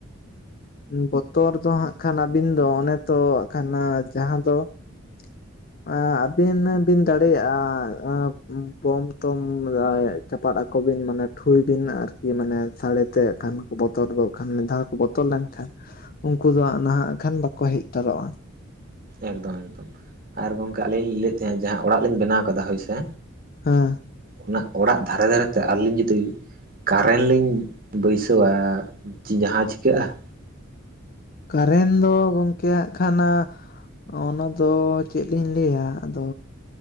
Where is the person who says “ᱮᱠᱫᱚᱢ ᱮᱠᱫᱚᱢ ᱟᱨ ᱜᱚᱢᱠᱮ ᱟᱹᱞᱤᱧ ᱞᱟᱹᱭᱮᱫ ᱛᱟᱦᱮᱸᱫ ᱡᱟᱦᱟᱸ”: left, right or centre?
Right